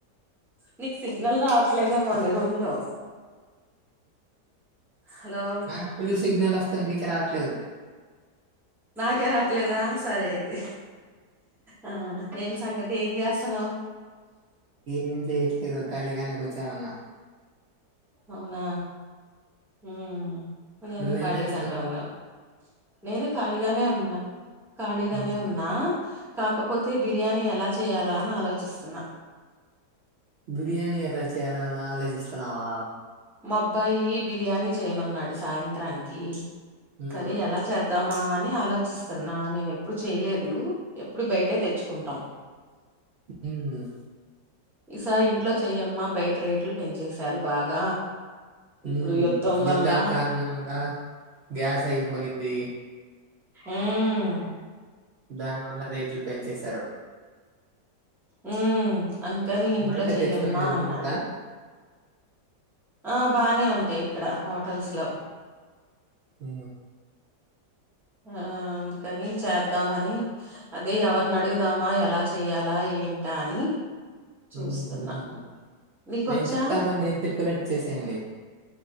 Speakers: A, in the centre; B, on the right.
A: నీకు సిగ్నల్ రావట్లేదేమో నీ రూమ్ లో హలో
B: నా పుల్ సిగ్నల్ నీకే రావట్లేదు
A: నాకే రాట్లేదా సరే అయితే ఆ ఏం సంగతి ఏం చేస్ సన్నావ్
B: ఏం చేయట్లేదు లేదో ఖాళీగానే కూర్చొని వున్నా
A: అవునా హుమ్ నేను
B: నువ్వేం
A: ఖాళీగానే
B: చేస్తున్నావు
A: ఉన్నావు నేను ఖాళీగానే ఉన్నా ఖాళీగానే
B: మ్మ్.
A: ఉన్నా కాకపోతే బిర్యానీ ఎలా చేయాలా అని ఆలోచిస్తున్నా
B: బిర్యానీ ఎలా చేయాలని ఆలోచిస్తున్నావా
A: మా అబ్బాయి బిర్యానీ చేయమన్నాడు సాయంత్రానికి
B: మ్మ్.
A: సరే ఎలా చేద్దాం మా అని ఆలోచిస్తున్నా నేను ఎప్పుడు చేయలేదు ఎప్పుడు బయటే తెచ్చుకుంటాం
B: మ్మ్.
A: ఈసారి ఇంట్లో చెయ్యమ్మా బయట రేట్లు పెంచేశారు బాగా ఇప్పుడు
B: ఉ యుద్ధం
A: వల్ల
B: కారణంగా గ్యాస్ అయిపోయింది
A: ఊమ్
B: దాని వల్ల రేట్లు పెంచేశారు
A: ఉహు అందుకని ఇంట్లో
B: బయట
A: చెయ్యమ్మా
B: తెచ్చుకునేది బాగుంటుందా
A: అన్నాడు ఆ బానే ఉంటాయి ఇక్కడ హోటల్స్ లో
B: హ
A: ఆ అందుకని చేద్దామని అదే ఎవరిని అడుగుదామా ఎలా చెయ్యాలా ఏంటి ఉంటాని చూస్తున్నా
B: మ్మ్.
A: నీకొచ్చా
B: నేను చెప్తాను నేను చెప్పినట్టు చేసేయండి